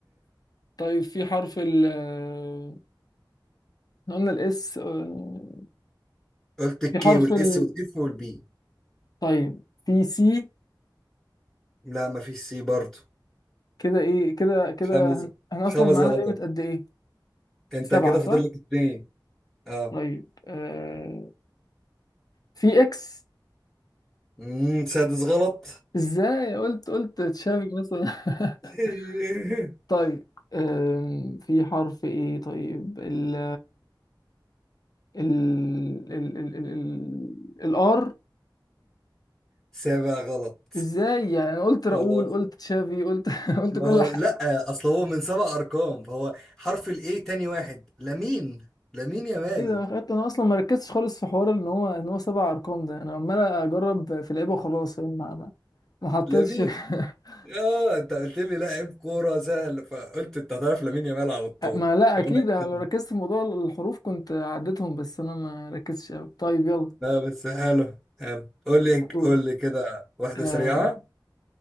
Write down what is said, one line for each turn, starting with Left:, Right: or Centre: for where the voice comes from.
Left: <laughs> طيب في حرف ال آه، احنا قلنا ال S آه،
Centre: قلت الكي
Left: في حرف
Centre: والاس
Left: ال
Centre: والاف والبي
Left: طيب في C
Centre: لا مفيش سي برضو
Left: كده ايه كده كده
Centre: خمس
Left: هن- احنا اصلا
Centre: خمس
Left: معانا
Centre: غلطات
Left: ليميت قد ايه
Centre: انت
Left: سبعة
Centre: كده
Left: صح
Centre: فاضل لك اتنين اه
Left: طيب آه، في اكس
Centre: مم، سادس غلط
Left: ازاي قلت قلت تشافي مثلا <laughs>
Centre: <laughs>
Left: طيب أم، في حرف ايه طيب ال ال ال ال ال ال- الار
Centre: سابع غلط
Left: ازاي يعني انا قلت راؤول
Centre: خلاص
Left: قلت تشافي قلت <laughs> قلت
Centre: ما
Left: كل
Centre: هو
Left: حاجه
Centre: لا اصل هو من سبع ارقام فهو حرف الاي تاني واحد لمين لمين يا مال
Left: ايه ده خدت انا اصلا ما ركزتش خالص في حوار ان هو ان هو سبع ارقام ده انا عمال اجرب في لعيبه وخلاص فاهم؟ ما ما ما حطيتش
Centre: لمين
Left: <laughs>
Centre: اه انت قلت لي لاعب كوره سهل فقلت انت هتعرف لمين يا مال على طول
Left: ما لا
Centre: بما
Left: اكيد انا
Centre: إنك-
Left: لو ركزت في موضوع الحروف كنت عديتهم بس انا ما ركزتش قوي طيب يلا
Centre: لا بس حلو حلو قول لي
Left: دور
Centre: قول لي كده واحده
Left: آه
Centre: سريعه